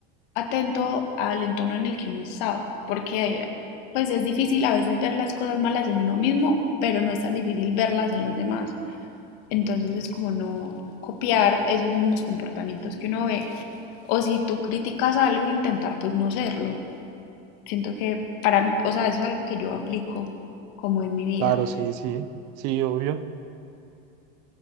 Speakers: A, on the left; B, on the right.
A: atento al entorno en el que uno está, porque pues es difícil a veces ver las cosas malas en uno mismo, pero no es tan difícil verlas en los demás. Entonces es como no copiar esos mismos comportamientos que uno ve, o si tú criticas algo, intentar pues no serlo. Siento que para, o sea, eso es algo que yo aplico como en mi vida.
B: Claro, sí, sí, sí, obvio.